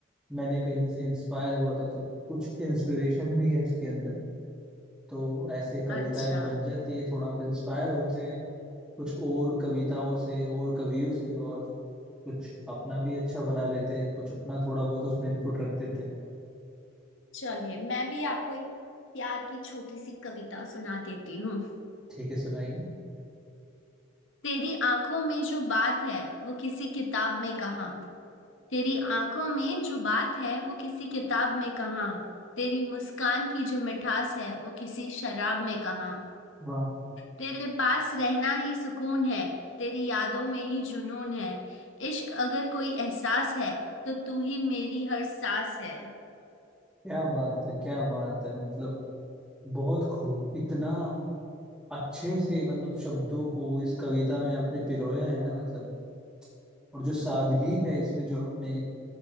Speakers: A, in the centre; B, on the left.
A: मैंने कहीं से इंस्पायर हुआ था तो कुछ इंस्पिरेशन भी है इसके अंदर तो ऐसे कविताएं
B: अच्छा
A: बन जाती है थोड़ा आप इंस्पायर होते हैं कुछ और कविताओं से और कवियों से और कुछ अपना भी अच्छा बना लेते हैं कुछ अपना थोड़ा बहुत उसमें इनपुट रख देते हैं
B: चलिए मैं भी आपको एक प्यार की छोटी सी कविता सुना देती हूँ
A: ठीक है सुनाइए
B: तेरी आंखों में जो बात है वो किसी किताब में कहाँ तेरी आंखों में जो बात है वो किसी किताब में कहाँ तेरी मुस्कान की जो मिठास है वो किसी शराब में कहाँ
A: वाह
B: तेरे पास रहना ही सुकून है तेरी यादों में ही जुनून है इश्क अगर कोई एहसास है तो तू ही मेरी हर सांस है
A: क्या बात है क्या बात है मतलब बहुत खूब इतना अच्छे से मतलब शब्दों को इस कविता में आपने पिरोया है ना मतलब और जो सादगी है इसमें जो आपने